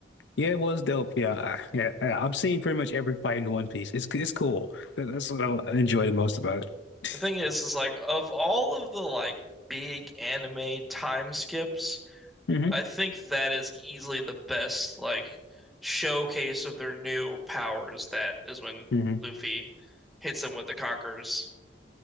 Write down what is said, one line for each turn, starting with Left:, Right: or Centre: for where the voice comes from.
Left: yeah, it was dope. Yeah. I- Yeah. I- I've seen pretty much every fight in One Piece. It's, it's cool. That- That's what I enjoy the most about it.
Centre: The thing is, is like of all of the like big anime time skips,
Left: <laughs>
Centre: I think that is easily the best like showcase of their new powers. That is when
Left: hmm
Centre: Luffy hits him with the Conquerors.